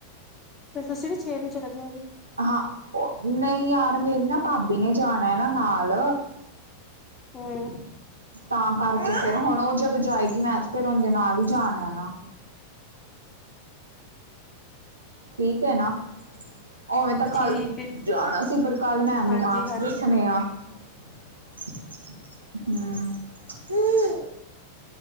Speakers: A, on the left; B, on the right.
A: ਫਿਰ, ਤੁਸੀ ਵੀ ਛੇ ਨੂੰ ਚਲੇ ਜਾਏਗੋ?
B: ਹਾਂ, ਉਹ ਨਹੀਂ ਯਾਰ ਮੇਰੀ ਨਾ ਭਾਬੀ ਨੇ ਜਾਣਾ ਏ ਨਾ, ਨਾਲ।
A: ਹਮ।
B: ਤਾਂ ਕਰਕੇ ਫਿਰ ਹੁਣ ਉਹ ਜਦੋਂ ਜਾਏਗੀ ਮੈਂ ਤੇ ਫਿਰ ਔਹੰਦੇ ਨਾਲ ਹੀ ਜਾਣਾ ਈ ਨਾ। ਠੀਕ ਹੈ ਨਾ। ਔਵੇਂ ਤਾਂ ਕਲ
A: ਠੀਕ ਹੈ
B: ਜਾਣਾ ਸੀ ਪਰ ਕਲ ਮੈਮ ਨੇ
A: ਹਾਂਜੀ
B: ਮਾਰਕਸ
A: ਹਾਂਜੀ
B: ਦੱਸਣੇ ਆ। ਹਮ।